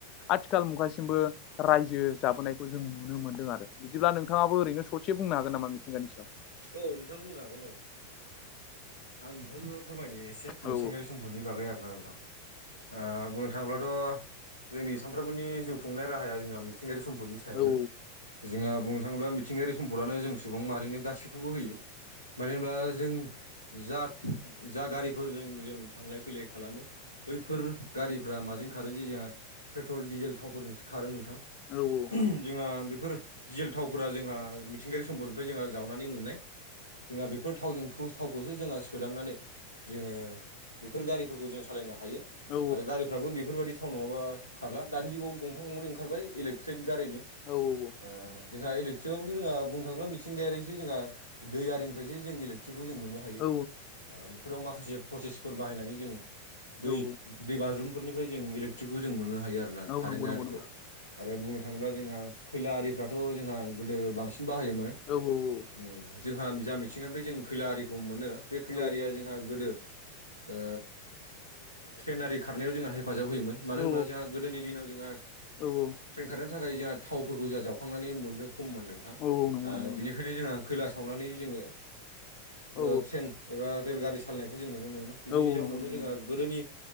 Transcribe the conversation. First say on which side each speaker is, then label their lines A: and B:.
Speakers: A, on the left (about 35°); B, on the left (about 80°).
A: आथिखाल मुगासिमबो राय जो जाबोनायखौ जों नुनो मोनदों आरो बिदिब्ला नोंथाङाबो ओरैनो ससे बुंनो हागोन नामा मिथिंगानि सायाव
B: औ नोंथां बुंनो हागोन औ। आं नोंथांनो फोरमायनो एसे
A: औ
B: मिथिंगायारि सम्पदनि बागै आरोना नोंथां। ओ बुंनो थाङोब्लाथ' जोंनि सानफ्रोमबोनि जिउ खुंनाय राहाया जोंहा मिथिंगायारि सम्पदनि सा सायावनो
A: औ
B: जोङा बुंनो थाङोब्ला मिथिंगायारि सम्पदानो जों सुबुं माहारिनो गासैखौबो होयो। माने दा जों जात जा गारिफोरजों जों थांलाय- फैलाय खालामो बैफोर गारिफ्रा माजों खारो जे जोंहा पेट्रल, डिजेल थावफोरजोंसो खारो नोंथां।
A: औ औ।
B: <inaudible> जोंहा बेफोर डिजेल थावफोरा जोंहा मिथिंगायारि सम्पदनिफ्राय जोंहा जावनानै मोननाय। जोंहा बेफोर थावजोंखौ थाव खौसो जोंहा सोदांनानै जोङो बेफोर गारिफोरखौ जों सालायनो हायो
A: औ
B: आरो गारि फ्राबो बेफोर बायदि थाव नङाबा खारला दानि जुगाव गंफा गंनै ओंखारबाय इलेक्ट्रिक गारिनि।
A: औ औ औ।
B: ओ जोंहा इलेक्ट्रिकआवबोथ' जोंहा बुंनो थाङोब्ला मिथिंगायारिसै जोंहा दै आरिनि फ्रायसो जों इलेक्ट्रिकखौ जों मोननो हायो
A: औ
B: ओ बेफोराव माखासे प्रसेसफोर बाहायनानै जों दै
A: औ
B: दै बाज्रुमफोरनिफ्राय जों इलेक्ट्रिकखौ जों मोननो हायो आरो ना
A: औ
B: कारेन्ट
A: नंगौ औ नंगौ नंगौ
B: आरिखौ।
A: नोंथां
B: आरो बुंनो थाङोब्ला जोंहा खैला आरिफ्राथ' जोंहा गोदो बांसिन बाहायोमोन।
A: औ औ औ।
B: उम जोंहा जा मिथिंगानिफ्राय जों खैला आरिखौ मोनो। बे खैलारिया
A: औ
B: जोंहा गोदो ओ ट्रेन आरि खारनायाव जोंहा हे हेफाजाब होयोमोन मानो
A: औ
B: होनोबा जोंहा गोदोनि दिनाव जोंहा
A: औ
B: ट्रेन खारनो थाखाय जोहा थावफोरखौ जोहा जावखांनानै मोननो खममोन नोंथां
A: औ नंगौ
B: ओ
A: नंगौ नोंथां
B: बिनिखायनो जोङो खैला सावनानै जोङो
A: औ
B: ओ ट्रेन एबा रेलगारि सालायनायखौ जों नुनो मोनोमोन बिनि
A: औ
B: जाउनावनो
A: नंगौ नंगौ
B: जोंहा
A: नोंथां
B: गोदोनि